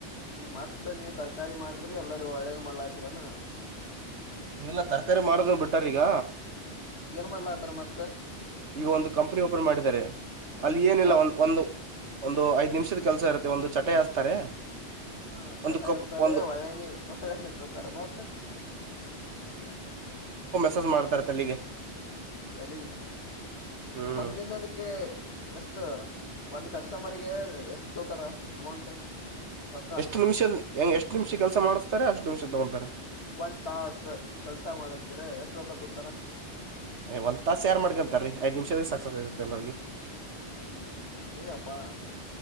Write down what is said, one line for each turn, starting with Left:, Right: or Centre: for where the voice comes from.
Left: ಈಗ ಮತ್ತ ನೀವ್ ತರಕರಿ ಮಾಡ್ಕರಿ ಎಲ್ಲಾರೂ ಒಳ್ಳೇದ್ ಮಾಡ್ಲತ್ತರನಾ
Right: ಈ ಎಲ್ಲ ತರಕಾರಿ ಮಾಡದೂ ಬಿಟ್ಟಾರೀ ಈಗ
Left: ಏನ್ ಮಾಡ್ಲ ಆತಾರ ಮತ್ತ
Right: ಈಗ ಒಂದು ಕಂಪನಿ ಓಪನ್ ಮಾಡಿದ್ದಾರೆ ಅಲ್ಲಿ ಏನಿಲ್ಲ
Left: ಯಾವತ್
Right: ಒ <inaudible> <inaudible> ಒಂದು ಒಂದು ಐದ್ ನಿಮಿಷದ ಕೆಲ್ಸ ಇರುತ್ತೆ ಒಂದು ಚಟೆ ಹಾಸ್ತಾರೆ
Left: ಹಾ ಚಟ
Right: ಒಂದು ಕಬ್
Left: ಎಸ್ತಾರೆ
Right: ಒಂದು
Left: ಒಳ್ಳಣಿ ಒಳ್ಳಣಿ ತೋತಾರೆ ಮತ್ತ
Right: ಸ ಮಾಡ್ತಾರ ತಲ್ಲಿಗೆ
Left: ಅ
Right: ಹ್ಮ್
Left: ಒಂದ ದಿನಲಿಕ್ಕೆ ಎಷ್ಟು ಒಂದ ಕಸ್ಟಮರ್ಗೆ ಎಷ್ಟು ತೋತಾರ ಅಮೌಂಟ್ ರೊಕ್ಕ
Right: ಎಷ್ಟು ನಿಮಿಷದ ಹೆಂಗಗೆ ಎಷ್ಟು ನಿಮಿಷ ಕೆಲಸ ಮಾಡ್ತಾರೆ ಅಷ್ಟ್ ನಿಮಿಷ ತಗಂತಾರೆ
Left: ಒಂದ್ ತಾಸ ಕೆಲ್ಸ ಮಾಡಸಿದ್ರೆ ಎಷ್ಟ ತರ
Right: ಏ ಒಂದ್ ತಾಸ ಯಾರು ಮಾಡ್ಕಂತಾರೀ ಐದ್ ನಿಮಿಷದ ಸಕ್ಸಸ್ ಆಗತ್ತ ಎಲ್ಲರಿೂ
Left: ಹೇಗಪ್ಪಾ